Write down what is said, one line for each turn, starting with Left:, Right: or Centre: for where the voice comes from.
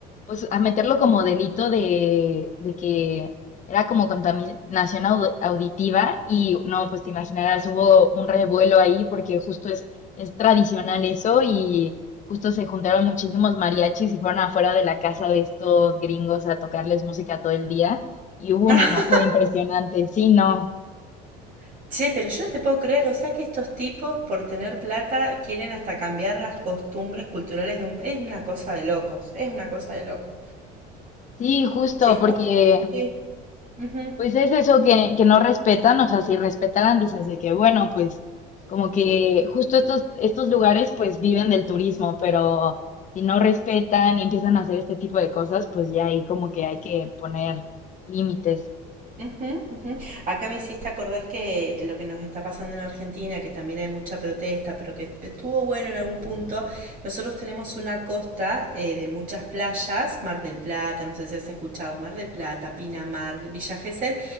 Left: pues a meterlo como delito de, de que era como contaminación au- auditiva y no, pues te imaginarás, hubo un revuelo ahí porque justo es, es tradicional eso y justo se juntaron muchísimos mariachis y fueron afuera de la casa de estos gringos a tocarles música todo el día y hubo
Right: <laughs>
Left: un enojo impresionante, sí, no.
Right: Ah, che, pero yo no te puedo creer, o sea que estos tipos por tener plata quieren hasta cambiar las costumbres culturales de un... Es una cosa de locos, es una cosa de locos.
Left: Sí, justo,
Right: Te juro
Left: porque
Right: que... Ujú,
Left: pues es eso que, que no respetan, o sea, si respetaran, dices de que, bueno, pues como que justo estos, estos lugares pues viven del turismo, pero si no respetan y empiezan a hacer este tipo de cosas, pues ya ahí como que hay que poner límites.
Right: ujú, ujú. Acá me hiciste acordar que lo que nos está pasando en Argentina, que también hay mucha protesta, pero que estuvo bueno en algún punto, nosotros tenemos una costa eh, de muchas playas, Mar del Plata, no sé si has escuchado, Mar del Plata, Pinamar, Villa Gesell,